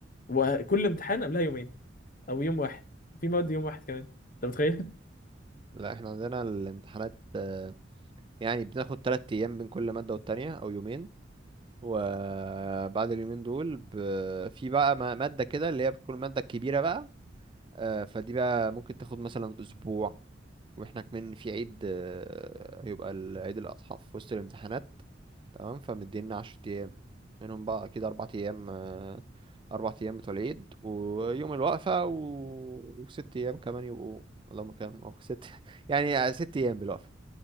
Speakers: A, on the left; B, on the right.
A: وكل امتحان قبلها يومين او يوم واحد في مواد يوم واحد كمان انت متخيل
B: لا احنا عندنا الامتحانات آه، يعني بناخد تلات ايام بين كل مادة والتانية او يومين وبعد اليومين دول ب... في بقى ما- مادة كده اللي هي بتكون المادة الكبيرة بقى آه، فدي بقى ممكن تاخد مثلا اسبوع واحنا كمان في عيد آه، هيبقى ال- عيد الاضحى في وسط الامتحانات تمام فمدينا عشر ايام منهم بقى اكيد اربع ايام آه، اربع ايام بتوع العيد ويوم الوقفة و... وست ايام كمان يبقوا اللهم كام اه ست <laughs> يعني ست ايام بالوقفة